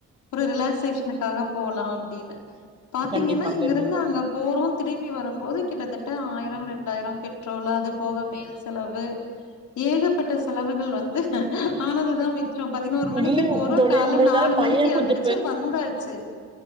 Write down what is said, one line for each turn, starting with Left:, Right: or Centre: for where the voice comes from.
Left: ஒரு ரிலாக்சேஷனுக்காக போலாம் அப்படின்னு பாத்தீங்கன்னா
Right: கண்டிப்பா
Left: இங்க
Right: கண்டிப்பா
Left: இருந்து அங்க போறோம் திரும்பி வரும்போது கிட்டத்தட்ட ஆயிரம் ரெண்டாயிரம் பெட்ரோலாது போக மேல் செலவு ஏகப்பட்ட செலவுகள் வந்து ஆனதுதா மிச்சம் பதினோரு மணிக்கு
Right: இல்லைங்க
Left: போறோம்
Right: தோழி
Left: கால்ல
Right: உங்களுதா
Left: நாலு
Right: பையன்
Left: மணிக்கு எழந்துருச்சு
Right: கொஞ்சோ
Left: வந்தாச்சு